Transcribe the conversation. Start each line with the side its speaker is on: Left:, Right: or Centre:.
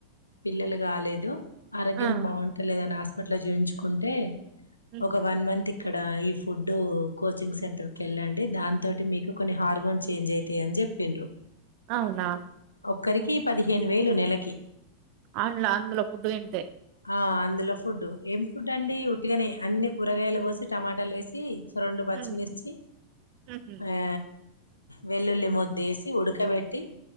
Left: పిల్లలు కాలేదు ఆరోగ్యం
Right: ఆ
Left: బాగుంటలేదని హాస్పిటల్ హాస్పిటల్ చూయించుకుంటే
Right: ఉహు
Left: ఒక వన్ మంత్ ఇక్కడ ఈ ఫుడ్ కోచింగ్ సెంటర్ కి వెళ్ళండి దాని తోటి మీకు కొన్ని హార్మోన్ చేంజ్ అయితాయిండి చెప్పిండ్రు
Right: అవునా
Left: ఒక్కరికి పదిహేను వేలు నెలకి
Right: ఆండ్లో అందులో ఫుడ్ తింటే
Left: ఆ అందులో ఫుడ్ ఏం ఫుడ్ అండి ఉట్టికనే అన్ని కూరగాయలు కోసి టమాటాలు వేసిన రెండు పచ్చిమిర్చి
Right: ఉమ్ ఉహు
Left: ఆ వెల్లుల్లి ముద్ద వేసి ఉడకబెట్టి